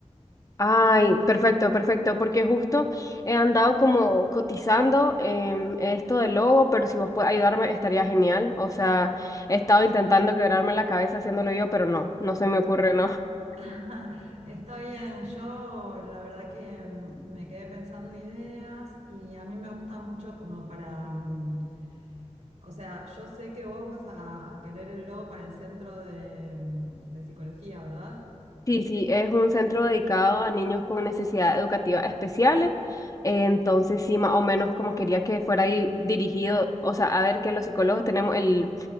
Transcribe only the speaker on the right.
<laughs> Está bien, yo la verdad que mm, me quedé pensando ideas y a mí me gusta mucho como para... mm, O sea, yo sé que vos vas a, a querer el logo para el centro de, mm, de psicología, ¿verdad?